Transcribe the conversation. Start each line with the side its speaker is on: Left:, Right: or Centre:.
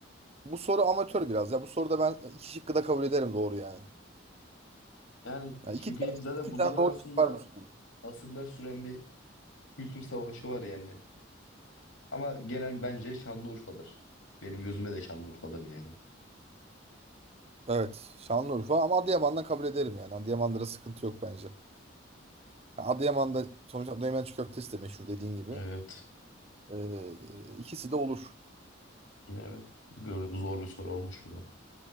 Right: bu soru amatör biraz. Ya bu soruda ben iki şıkkı da kabul ederim doğru yani.
Left: yani
Right: Yani
Left: çünkü
Right: iki, tane-
Left: hep zaten
Right: iki
Left: bunların
Right: tane doğru
Left: arasında
Right: şık var bu soruda.
Left: asırlar süren bir kültür savaşı var yani. Ama genel bence Şanlıurfa'dır. Benim gözüme de Şanlıurfa'dır yani.
Right: Evet. Şanlıurfa ama Adıyaman'dan kabul ederim yani. Adıyaman'da da sıkıntı yok bence. Yani Adıyaman'da sonuçta Adıyaman çiğ köftesi de meşhur dediğin gibi.
Left: Evet.
Right: Ee, ikisi de olur.
Left: Yine evet. Böyle bir zor bir soru olmuş bu da.